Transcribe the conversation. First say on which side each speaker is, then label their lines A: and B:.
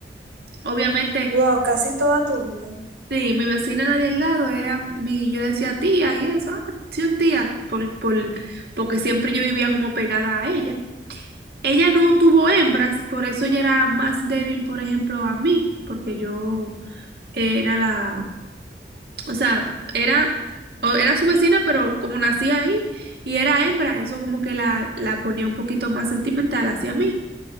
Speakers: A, on the right (about 60°); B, on the right (about 85°).
A: Obviamente,
B: Wow, casi toda tu vida.
A: Sí, mi vecina la de al lado era mi, yo le decía tía y eso, ah, sí, un tía, por, por- porque siempre yo vivía como pegada a ella. Ella no tuvo hembras, por eso ella era más débil, por ejemplo, a mí, porque yo era la, o sea, era, o- era su vecina, pero como nací ahí y era hembra, eso como que la, la ponía un poquito más sentimental hacia mí.